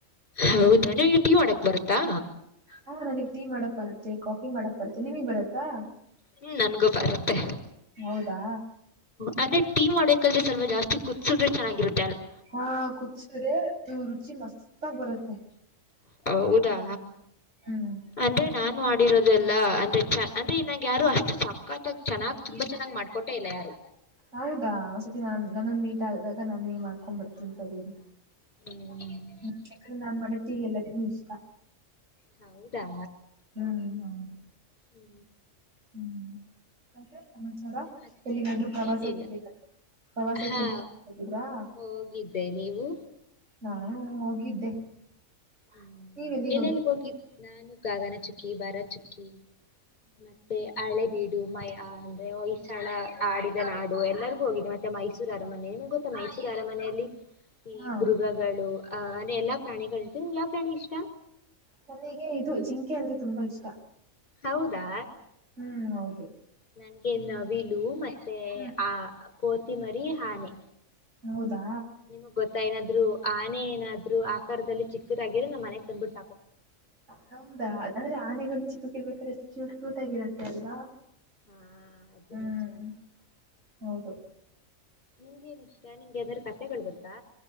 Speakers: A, on the left; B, on the right.
A: ಹೌದ ನೀ ಈ ಟೀ ಮಾಡಕ್ ಬರ್ತ್ತಾ
B: ಹಾ ನನಗ್ ಟೀ ಮಾಡಕ್ ಬರುತ್ತೆ ಕಾಫಿ ಮಾಡಕ್ ಬರುತ್ತೆ ನೀವಗೆ ಬರತ್ತಾ
A: ಹ್ಮ ನನ್ಗೂ ಬರುತ್ತೆ
B: ಹೌದಾ
A: ಅಂದ್ರೆ ಟೀ್ ಸ್ವಲ್ ಜಾಸ್ತಿ ಕುದಸಿದ್ರೆ ಚೆಾಗಿರುೆ
B: ಹಾ ಕುದಸ್ರೆ ನೀವು್ ರುಚಿ ಮಸ್ತ ಆಗ ಬರುತ್ತೆ
A: ಹೌದಾ
B: ಹ್ಮ್
A: ಅಂದ್ರೆ ನಾನ್ ಮಾಡಿರೋದೆಲ್ಲ ಅಂದ್ರೆ ಚನ್ ಅಂದ್ರೆ ಇ ನಂಗ ಯಾರು ಅಷ್ಟು ಸಕ್ಕತ್ತಾಗ ಚೆನ್ನಾಗ್ ತುಂಬಾ ಚೆನ್ನ್ ಮಾಡ್ಕೊಟ್ಟೆ ಇಲ್ಲ ಯಾರು
B: ಹೌದಾ ಒ್ಸತಿ ನಾನ್ ನನ್ನೊಂದ ಮೀಟ್ ಆದಾಗ ನಾನು ನೀ ಮಾಡ್ಕೊಂಡ್ ಬರ್ತೀಂತದೀರಿ
A: ಹ್ಮ್
B: ನ ನಮ್ಮ ತೀ ಎಲ್ಲರಿ ಇಷ್ಟ
A: ಹೌದಾ
B: ಹ್ಮ್ ಹೌದು
A: ಹ್ಞೂ
B: ಹ್ಮ್ ಮತ್ತೆ ಸಮಾಚಾರ
A: ಮತ್ತೆ
B: ಎಲ್ಲಿಗಾದ್ರರು ಪ್ರವಾಸಕ್ಕೆ
A: ಏನಿಲ್ಲ
B: ಬ ಪ್ರವಾಸಕ್ಕೆ
A: ಹಾ
B: ಹೋಗಿದ್ರಾ
A: ಹೋಗಿದ್ದೆ ನೀವು
B: ನಾನು ಹೋಗಿದ್ದೆ
A: ಹ್ಮ್
B: ನೀವ್ ಎಲ್ಲಿಗ್
A: ಎಲ್ಲ
B: ಹೋಗಿ
A: ಎಲ್ಲಿ ಹೋಗಿದ ನಾನು ಗಾಗನ ಚುಕ್ಕಿ ಬಾರ ಚುಕ್ಕಿ ಮತ್ತೆ ಹಳೆ ಬೀಡು ಮೈ ಅಂದ್ರೆ ಹೊಯ್ಸಳ ಆಡಿದ ನಾಡು ಎಲ್ಲರಿಗೂ ಹೋಗಿದೆ ಮತ್ತೆ ಮೈಸೂರು ಅರಮನೆ ಏ ಗೊತ್ತಾ ಮಹತಿಗಾರ ಮನೆಯಲ್ಲಿ ಈ
B: ಹಾ
A: ಮೃಗಗಳು ಅ್ ಅೆ ಎಲ್ಲಾ ಪ್ರಾಣಿಗಳುಿರ್ ನಿ್ ಯಾವ ಪ್ರಾಣಿ ಇಷ್ಟ
B: ನನಗೆ ಇದು ಜಿಂಕೆ ಅಂದ್ರೆ ತುಂಬಾ ಇಷ್ಟ
A: ಹೌದಾ
B: ಹ್ಮ್ ಹೌದ
A: ನನ್ಗೆ ನವಿಲು ಮತ್ತೆ
B: ಹ್ಮ್
A: ಆ ಕೋತಿಮರಿ ಆನೆ
B: ಹೌದಾ
A: ನಿಮಗ್ ಗೊತ್ತಾ ಏನಾದ್ರು ಆನೆ ಏನಾದ್ರು ಆಕಾರದಲ್ಲಿ ಚಿಕ್ಕದಾಗಿರು ನ ಮನೆಗ್ ತಂದ್ಬಿಟ್ಟ
B: ಹೌದಾ ಅದಾದ್ರೆ ಆನೆಗಳು ಚಿಕ್ಕಕ್ಕಿರ್ಬೇಕ್ರೆಷ್ಟು ಕ್ಯೂಟ್ ಕ್ಯೂಟ್ ಆಗಿರತ್ತೆ ಅಲ್ವಾ.
A: ಹಾ ಅದಿನಚನ್
B: ಹ್ಮ್ ಹೌದು
A: ನಿಮ್ಗೆ ಏನ ಇಷ್ಟ ನಿಮ್ಗೆ ಯದಾರೂ ಕತೆಗಳು ಗೊತ್ತಾ